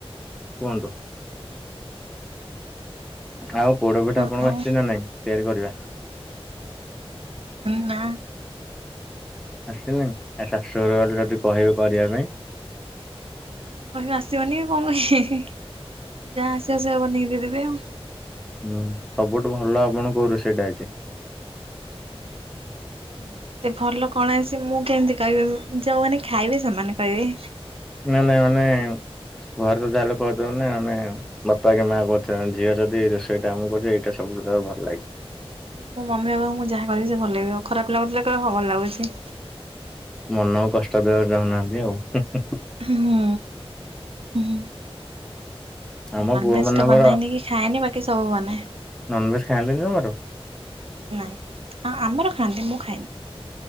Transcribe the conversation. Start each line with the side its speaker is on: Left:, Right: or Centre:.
Centre: କୁହନ୍ତୁ। ଆଉ ପୋଡ଼ ପିଠା
Right: ହଁ
Centre: ଆପଣଙ୍କୁ ଆସିଛି ନା ନାଇଁ ତିଆରି କରିବା?
Right: ନା।
Centre: ଆସିନି ଆ ଶାଶୁ ଘର ଗଲେ ଯଦି କହିବେ କରିବା ପାଇଁ।
Right: କହିବି ଆସିବନି ଆଉ କଣ କହିବି। ଯାହା ଆସିବ ସେଇଆ ବନେଇକି ଦେଇଦେବି ଆଉ।
Centre: ହୁଁ ସବୁଠୁ ଭଲ ଆପଣ କୋଉ ରୋଷେଇଟା ଆଇଛି?
Right: ମତେ ଭଲ କଣ ଆସିଚି ମୁଁ କେମିତି କହିବି ଯୋଉମାନେ ଖାଇବେ ସେମାନେ କହିବେ।
Centre: ନାଇଁ ନାଇଁ ମାନେ ଘର ତ ଯାହା ହେଲେ କହୁଥିବେ ନା ମାନେ ବାପା କି ମାଆ କହୁଥିବେ ଝିଅ ଯଦି ଏ ରୋଷେଇଟା ଆମକୁ ଏଇଟା ସବୁ ଭଲ ଲାଗେ।
Right: ମୋ ମମି ବାବାଙ୍କୁ ମୁଁ ଯାହା କରିବି ସେ ଭଲ ଲାଗିବ। ଖରାପ ଲାଗୁଥିଲେ କହିବେ ଭଲ ଲାଗୁଛି।
Centre: ମନକୁ କଷ୍ଟ ଦେବାକୁ ଚାହୁନାହାନ୍ତି ଆଉ।
Right: ହୁଁ ହୁଁ।
Centre: ଆମ
Right: ମୁଁ ନନଭେଜ୍
Centre: ପୁଅ ମାନଙ୍କର
Right: ଟା ବନାଏନି କି ଖାଏନି ବାକି ସବୁ ବନାଏ।
Centre: ନନଭେଜ ଖାଆନ୍ତିନି ଜମାରୁ
Right: ନାଇଁ ହଁ ଆମର ଖାଆନ୍ତି ମୁଁ ଖାଏନି।